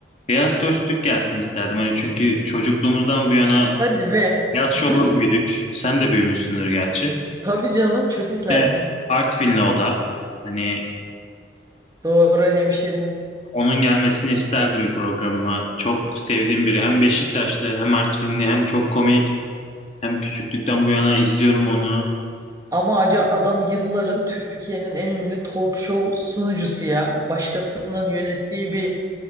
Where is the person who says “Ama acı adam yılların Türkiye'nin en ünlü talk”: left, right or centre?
Right